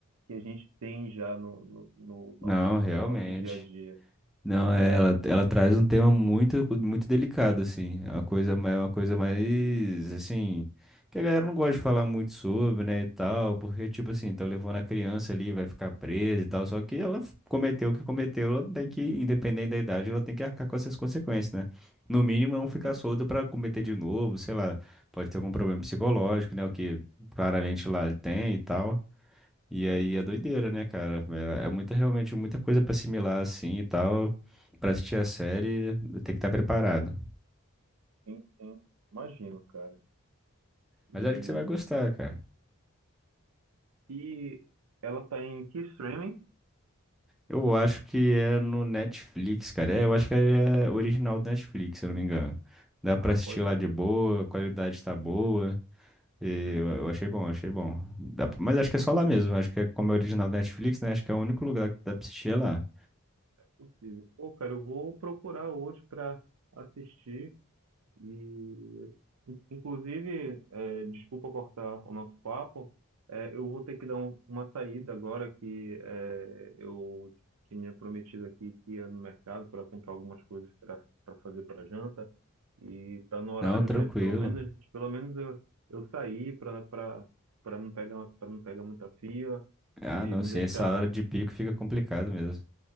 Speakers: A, on the right; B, in the centre.
A: que a gente tem já no, no, no nosso,
B: Não, realmente.
A: no nosso dia a dia.
B: Não,
A: Pois
B: é,
A: é,
B: ela, ela traz um tema muito, muito delicado, assim. É uma coisa, ma- é uma coisa mais, assim, que a galera não gosta de falar muito sobre, né, e tal, porque, tipo assim, tá levando a criança ali, vai ficar presa e tal, só que ela f- cometeu o que cometeu, ela tem que, independente da idade, ela tem que arcar com essas consequências, né? No mínimo, não ficar
A: sim,
B: solta pra cometer de novo, sei lá, pode ter algum problema psicológico, né, o que claramente lá ele tem e tal. E aí é doideira, né, cara? É, é muita, realmente muita coisa pra assimilar assim e tal. Pra assistir a série, tem que estar preparado.
A: sim, sim, imagino, cara. E,
B: Mas acho que você vai gostar, cara.
A: e ela tá em que streaming?
B: Eu acho que é no Netflix, cara. É, eu acho que é original do Netflix, se eu não me engano. Dá
A: Ah,
B: pra assistir
A: pode
B: lá
A: crer.
B: de boa, a qualidade tá boa. E
A: Uhum,
B: eu, eu achei bom, achei bom. Dá pra- mas acho que é só lá mesmo. Acho que é como é original do Netflix, né? Acho que é o único lugar que dá pra assistir é lá.
A: possível. Pô, cara, eu vou procurar hoje pra assistir. E, in- inclusive, é, desculpa cortar o nosso papo, é, eu vou ter que dar um- uma saída agora que é, eu tinha prometido aqui que ia no mercado para comprar algumas coisas para para fazer para janta e tá no horário
B: Não, tranquilo.
A: já de pelo menos de pelo menos eu, eu sair para para para não pegar para não pegar muita fila
B: Ah,
A: e
B: não,
A: não
B: sim,
A: deixar
B: essa hora de pico fica complicado mesmo.